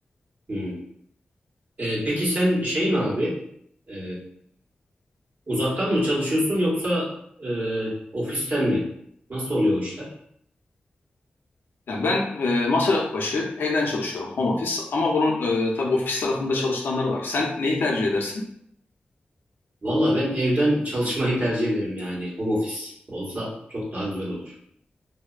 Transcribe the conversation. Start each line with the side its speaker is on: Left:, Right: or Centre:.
Right: Hı. Ee, peki sen şey mi abi? E, Uzaktan mı çalışıyorsun yoksa e, ofisten mi? Nasıl oluyor o işler?
Left: Yani ben e, masa başı evden çalışıyorum, home office. Ama bunun e, tabii ofis tarafında çalışanları var. Sen neyi tercih edersin?
Right: Valla ben evden çalışmayı tercih ederim yani. Home office olsa çok daha güzel olur.